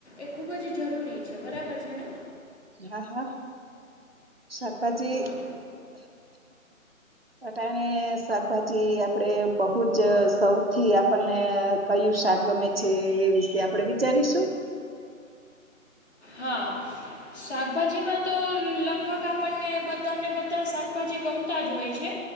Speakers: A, on the left; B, on the right.
A: એ ખૂબ જ જરૂરી છે, બરાબર છે ને
B: હા, હા શાકભાજી
A: હા
B: અટાણે શાકભાજી આપડે બહુ જ સૌથી આપણને કયું શાક ગમે છે એ વિશે આપડે વિચારીશું
A: હા, શાકભાજીમાં તો લગભગ આપણને બધાને બધા શાકભાજી ગમતા જ હોય છે